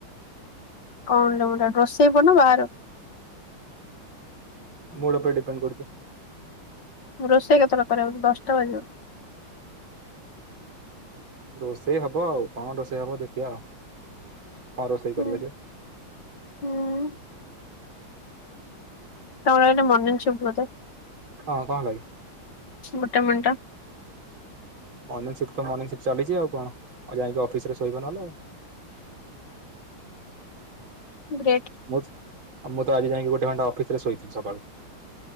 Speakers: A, on the left; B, on the right.
A: କଣ ତମର ରୋଷେଇ କର ନା ବାହାରୁ?
B: ମୁଡ ଉପରେ ଡିପେଣ୍ଡ କରୁଚ୍ଛି।
A: ରୋଷେଇ କେତେବେଳେ କରିବ ଦଶଟା ବାଜିବ।
B: ରୋଷେଇ ହବ ଆଉ କଣ ରୋଷେଇ ହବ ଦେଖିବା ଆଉ। କଣ ରୋଷେଇ
A: ହୁଁ
B: କରିବ ସେ?
A: ହୁଁ ତମର ଏଇନା ମର୍ନିଙ୍ଗ୍ ସିପ୍ଟ୍ ବୋଧେ।
B: ହଁ କଣ ହେଲା କି?
A: ମୋଟା ମେଣ୍ଟା।
B: ମର୍ନିଙ୍ଗ ସିଫ୍ଟ ତ ମର୍ନିଙ୍ଗ ସିଫ୍ଟ ଚାଲିଛି ଆଉ କଣ ଆଉ ଯାଇକି ଅଫିସରେ ଶୋଇବ ନହେଲେ ଆଉ।
A: ଗ୍ରେଟ୍
B: ମୁଁ ମୁଁ ତ ଆଜି ଯାଇକି ଗୋଟେ ଘଣ୍ଟା ଅଫିସରେ ଶୋଇଥିଲି ସକାଳୁ।